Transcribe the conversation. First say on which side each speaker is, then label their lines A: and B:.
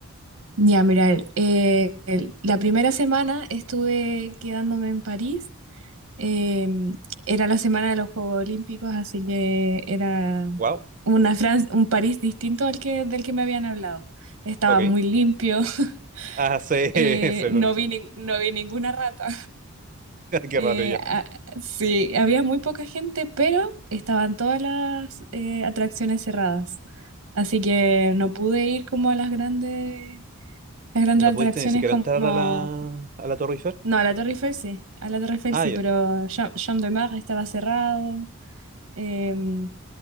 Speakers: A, on the right; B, on the right.
A: ya, mira, el- eh, el- la primera semana estuve quedándome en París. em, era la semana de los Juegos Olímpicos, así que era
B: Wow,
A: una Fran- un París distinto al que, del que me habían hablado. Estaba
B: ok.
A: muy limpio, <laughs>
B: Ah, sí, <laughs> sí,
A: eh,
B: sí,
A: no
B: sí.
A: vi, nin- no vi ninguna rata.
B: <laughs> Qué
A: Eh,
B: raro ya.
A: a- sí, había muy poca gente, pero estaban todas las eh, atracciones cerradas. Así que no pude ir como a las grandes, las grandes
B: No pudiste
A: atracciones
B: ni siquiera
A: como...
B: entrar a la, a la Torre Eiffel.
A: No, a la Torre Eiffel sí, a la Torre Eiffel
B: Ah,
A: sí,
B: ya.
A: pero Cha- Champ de Mars estaba cerrado. em,